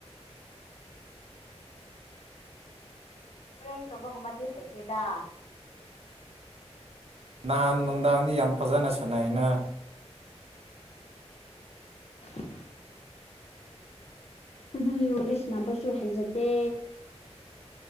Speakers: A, on the left; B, on the right.
A: ꯄꯔꯦꯡ ꯇꯧꯕꯒꯨꯝꯕꯗꯤ ꯍꯩꯇꯦꯗ
B: ꯅꯍꯥꯟ ꯅꯨꯡꯗꯥꯡꯗꯤ ꯌꯥꯝ ꯐꯖꯅ ꯁꯥꯟꯅꯩꯩꯅ
A: <inaudible> ꯑꯗꯨꯗꯤ ꯋꯥꯔꯤ ꯁꯥꯟꯅꯕꯁꯨ ꯍꯩꯖꯗꯦ